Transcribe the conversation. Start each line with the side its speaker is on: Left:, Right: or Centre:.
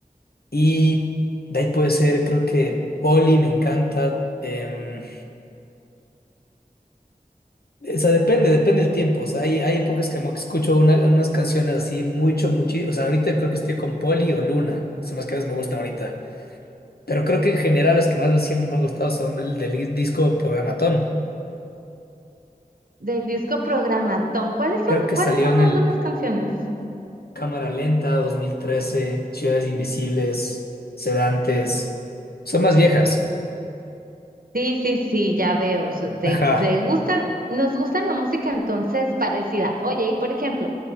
Left: Y de ahí puede ser, creo que Poli me encanta. em, o sea, depende, depende el tiempo. O sea, hay, hay épocas que como que escucho una- unas canciones así mucho, muchísimo. O sea, ahorita creo que estoy con Poli o Luna. Son las que más me gustan ahorita. Pero creo que en general las que más me- siempre me han gustado son el del disco Programatón.
Right: Del disco Programatón. ¿Cuáles son,
Left: Creo que
Right: cuáles
Left: salió
Right: son
Left: en
Right: algunas
Left: el...
Right: canciones?
Left: Cámara Lenta, 2013, Ciudades Invisibles, Sedantes. Son más viejas.
Right: Sí, sí, sí, ya veo. so- Te,
Left: Ajá.
Right: te gusta, nos gusta la música entonces parecida. Oye, y por ejemplo,